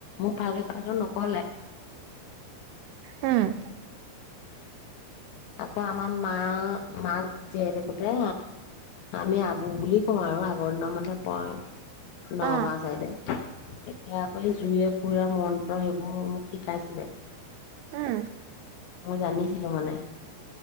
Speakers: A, on the left (about 80°); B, on the right (about 80°).
A: মোক ভালকে কথাটো নক'লে।
B: উম'।
A: আকৌ আমাৰ মাৰ মাক জীয়াই থাকোঁতে আমি আবু বুলি কওঁ আৰু বৰ্ণ <unintelligible> নগাঁও
B: অ',
A: চাইদে। কেতিয়া আকৌ জুয়ে পোৰা মন্ত্ৰ সেইবোৰ মোক শিকাইছিলে।
B: উম'।
A: মই জানিছিলোঁ মানে।